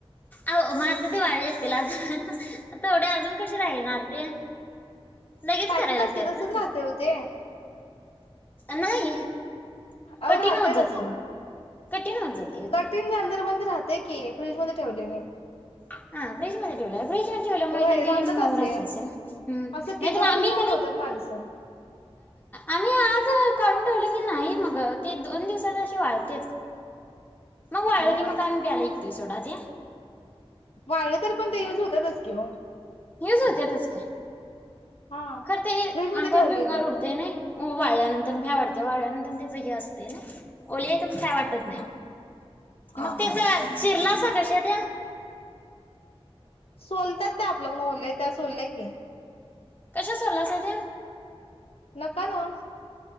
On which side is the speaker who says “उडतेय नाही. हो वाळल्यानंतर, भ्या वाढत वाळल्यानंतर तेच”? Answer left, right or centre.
Left